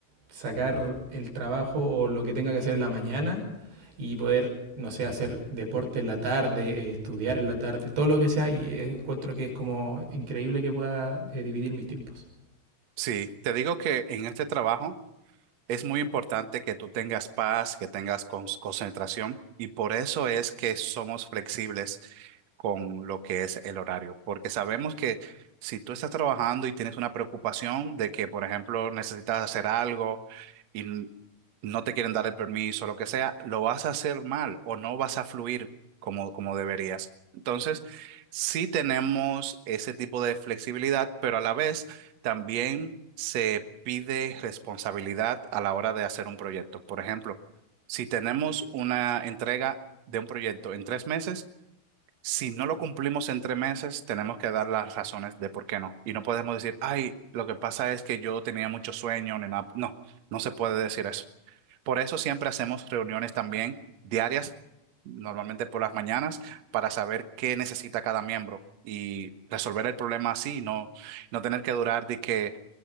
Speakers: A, on the right (about 85°); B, on the right (about 65°).
A: sacar el trabajo o lo que tenga que hacer en la mañana y poder, no sé, hacer deporte en la tarde, eh, estudiar en la tarde, todo lo que sea, y eh, encuentro que es como increíble que pueda eh, dividir mis tiempos.
B: Sí, te digo que en este trabajo Es muy importante que tú tengas paz, que tengas cons- concentración y por eso es que somos flexibles con lo que es el horario, porque sabemos que si tú estás trabajando y tienes una preocupación de que, por ejemplo, necesitas hacer algo y n- no te quieren dar el permiso, lo que sea, lo vas a hacer mal o no vas a fluir como, como deberías. Entonces, sí tenemos ese tipo de flexibilidad, pero a la vez también se pide responsabilidad a la hora de hacer un proyecto. Por ejemplo, si tenemos una entrega de un proyecto en tres meses, si no lo cumplimos en tres meses, tenemos que dar las razones de por qué no. Y no podemos decir, ay, lo que pasa es que yo tenía mucho sueño, ni nada. No, no se puede decir eso. Por eso siempre hacemos reuniones también diarias, normalmente por las mañanas, para saber qué necesita cada miembro y resolver el problema así, y no, no tener que durar de que